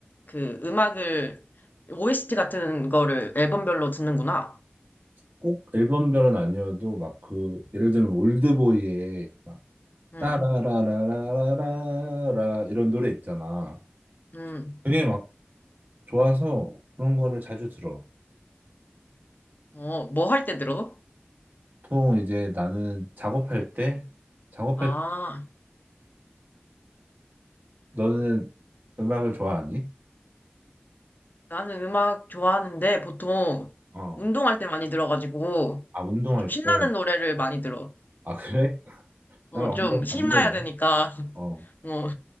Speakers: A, on the left; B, on the right.
A: 그 음악을 OST 같은 거를 앨범별로 듣는구나.
B: 꼭 앨범별은 아니어도 막 그 예를 들면 올드보이의 막
A: 음,
B: 따라라라라라라 이런 노래 있잖아.
A: 음.
B: 그게 막 좋아서 그런 거를 자주 들어.
A: 어, 뭐 할 때 들어?
B: 보통 이제 나는 작업할 때 작업할
A: 아,
B: 때 너는 음악을 좋아하니?
A: 나는 음악 좋아하는데 보통
B: 어.
A: 운동할 때 많이 들어가지고
B: 아, 운동할
A: 좀 신나는
B: 때.
A: 노래를 많이 들어.
B: 아, 그래? <laughs>
A: 어,
B: 나랑
A: 좀
B: 완전
A: 신나야
B: 반대네.
A: 되니까, <laughs>
B: 어,
A: 어,